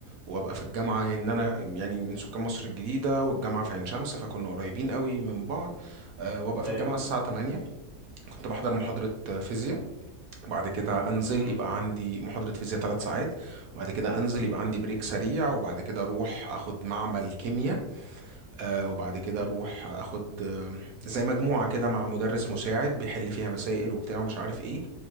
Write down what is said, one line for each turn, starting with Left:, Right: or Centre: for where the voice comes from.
Right: وابقى في الجامعه ان انا يعني من سكان مصر الجديده والجامعه في عين شمس فكنا قريبين قوي من بعض آه وابقى في
Left: ايوه
Right: الجامعه الساعه 8 كنت بحضر محاضره فيزياء وبعد كده انزل
Left: امم
Right: يبقى عندي محاضرة فيزياء ثلاث ساعات وبعد كده انزل يبقى عندي بريك سريع وبعد كده اروح اخد معمل كيمياء آه، وبعد كده
Left: أمم.
Right: اروح اخد آه، زي مجموعة كده مع مدرس مساعد بيحل فيها مسائل وبتاع ومش عارف ايه